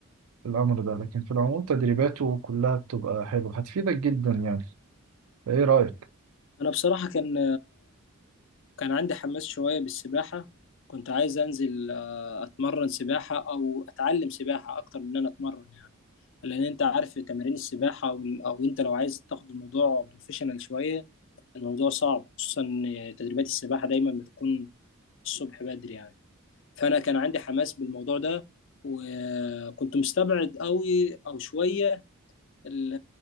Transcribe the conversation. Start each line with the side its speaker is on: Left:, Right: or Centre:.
Right: للامر ده لكن في العموم تدريباته كلها بتبقى حلوه هتفيدك جدا يعني ايه رايك
Left: انا بصراحه كان كان عندي حماس شويه بالسباحه كنت عايز انزل آه، اتمرن سباحه او اتعلم سباحه اكتر من ان انا اتمرن يعني لان انت عارف تمارين السباحه وال- او انت لو عايز تاخد الموضوع بروفيشنال شويه الموضوع صعب خصوصا إن تدريبات السباحه دايما بتكون الصبح بدري يعني فانا كان عندي حماس بالموضوع ده وكنت مستبعد قوي او شويه ال-